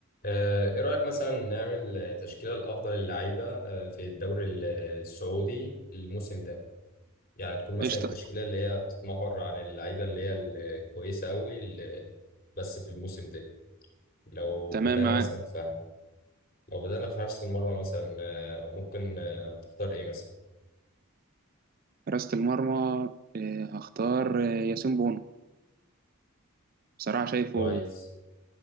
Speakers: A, on the left; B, on the right.
A: آه، ايه رأيك مثلا نعمل آه، تشكيلة الافضل للعيبة آه، في الدوري ال- السعودي الموسم ده يعني تكون مثلا
B: قشطة
A: التشكيلة اللي هي بتتمحور عن اللعيبة اللي هي الكويسة قوي اللي بس في الموسم ده لو
B: تمام
A: بدأنا
B: معاك
A: مثلا في لو بدأنا في حراسة المرمى مثلا آه، ممكن آه، تختار ايه مثلا
B: حراسة المرمى آه، هختار آه، ياسين بونو بصراحة شايفه
A: كويس